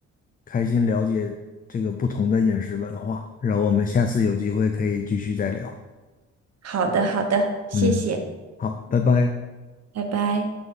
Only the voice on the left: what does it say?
开心了解这个不同的饮食文化，然后我们下次有机会可以继续再聊。
嗯，好，拜拜。